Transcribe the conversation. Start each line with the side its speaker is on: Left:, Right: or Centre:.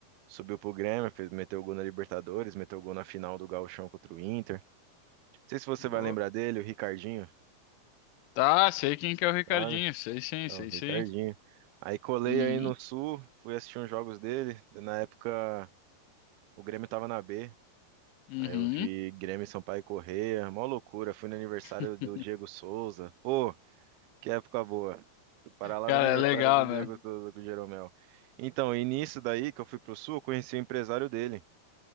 Right: Subiu pro Grêmio, fez, meteu gol na Libertadores, meteu gol na final do Gauchão contra o Inter. Não sei se você
Left: Boa.
Right: vai lembrar dele, o Ricardinho,
Left: Tá, sei quem que é o Ricardinho.
Right: sabe?
Left: Sei sim,
Right: Não,
Left: sei
Right: Ricardinho.
Left: sim.
Right: Aí colei
Left: Uhum.
Right: aí no Sul, fui assistir uns jogos dele. Na época o Grêmio tava na B.
Left: Uhum.
Right: Aí eu vi Grêmio, Sampaio e Corrêa, mó loucura. Fui no aniversário
Left: <laughs>
Right: do Diego Souza. Pô, Que época boa. Fui parar lá
Left: Cara,
Right: no aniversário
Left: é legal,
Right: do Diego
Left: né?
Right: Souza com o Jeromel. Então, e nisso daí que eu fui pro Sul, eu conheci o empresário dele.